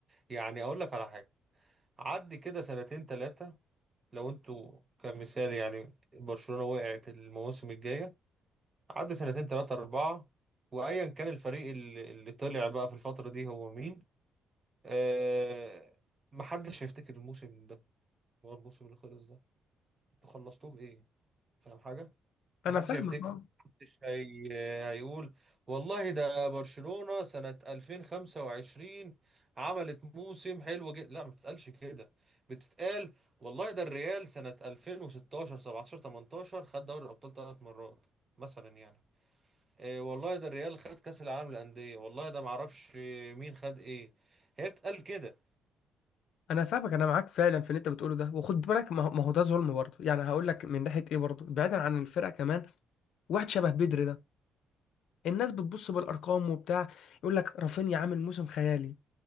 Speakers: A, on the right; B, on the left.
A: يعني اقول لك على حاجة عدي كده سنتين ثلاثة لو انتوا كمثال يعني برشلونة وقعت المواسم الجاية عدى سنتين تلاتة أربعة وأيا كان الفريق اللي اللي طلع بقى في الفترة دي هو مين آه محدش هيفتكر الموسم ده هو الموسم اللي خلص ده انتوا خلصتوه بإيه فاهم حاجة؟
B: انا
A: محدش
B: فاهمك
A: هيفتكره
B: اه
A: محدش هي... هيقول والله ده برشلونة سنة 2025 عملت موسم حلو جدا لا ما بتتقالش كده بتتقال والله ده الريال سنة 2016 17 18 خد دوري الأبطال ثلاث مرات مثلا يعني إيه والله ده الريال خد كأس العالم للأندية والله ده معرفش مين خد إيه هي بتتقال كده
B: انا فاهمك انا معاك فعلا في اللي انت بتقوله ده وخد بالك ما هو ما هو ده ظلم برضه يعني هقول لك من ناحيه ايه برضه بعيدا عن الفرقه كمان واحد شبه بدري ده الناس بتبص بالارقام وبتاع يقول لك رافينيا عامل موسم خيالي